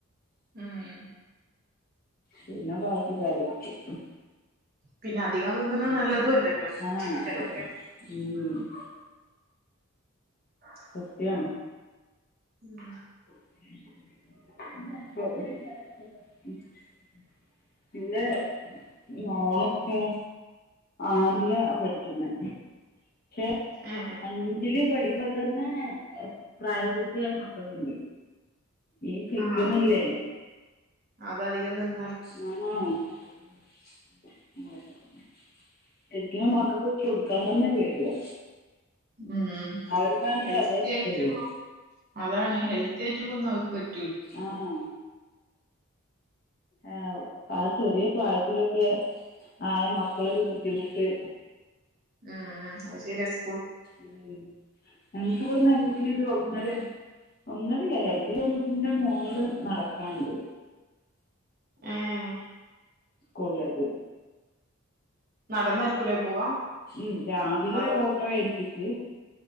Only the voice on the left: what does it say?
പിന്നേ ബാക്കി കറിവെക്കും.
ആഹ്
അതെ ഉം.
സത്യം.
അ <unintelligible> പിന്നെ മോളൊക്കെ ആറില പഠിക്കുന്നെ പക്ഷെ
അഞ്ചില് പഠിക്ക് തന്നെ പ്രായപൂർത്തിയായ മക്കളുണ്ട് ഈ ചിക്കനില്ലേ
ഞാനേ <unintelligible> എനിക്ക മക്കക്ക്‌ കൊടുക്കാൻ തന്നെ പേടിയാ.
അവർക്കാണെങ്കി
അതേ ഇഷ്ടള്ളൂ
ആണോ? ആ ആ ചെറിയ പ്രായത്തിലൊക്കെ ആയ മക്കളൊരു ബുദ്ധിമുട്ട്
ഉം ഞങ്ങക്കിവിടെന്ന് എങ്ങനെയ ഒരു ഒന്നരെ ഒന്നരയല്ല് രണ്ട് കിലോമീറ്ററിന്റെ മോളില് നടക്കാനുണ്ട്.
സ്കൂളിലേക്ക്-
ഉം രാവിലെ
ഓട്ടോ ഏൽപ്പിച്ച്